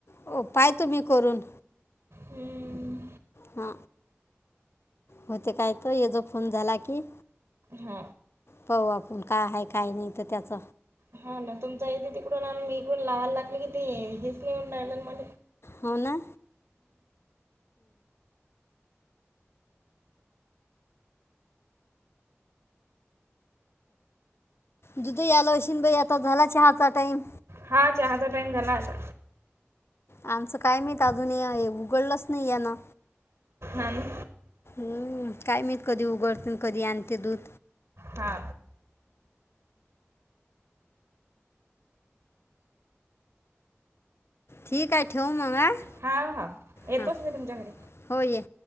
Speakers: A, on the left (about 60°); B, on the right (about 80°).
A: हो पाय तुम्ही करून
B: हम्म
A: हा होते काय त या जो फोन झाला की
B: हा
A: पाह आपण का आहे काय नाही तर त्याच
B: हा ना तुमच इथे तिकडून निघून लावायला लागले कि ते हेच लिहून राहिल म
A: हो ना दुध आलो अशन बाई आता झाला चहाचा टाईम
B: हा चहाचा टाइम झाला आता
A: आमचं काय मित्र अजूनही आहे उघडलंच नाही आहे ना
B: अम
A: हम् काय मी कधी उघडते कधी आणते दूध
B: हा
A: ठीक आहे ठेव मग
B: हा हा येतोच
A: हां
B: मी तुमच्या घरी
A: हो ये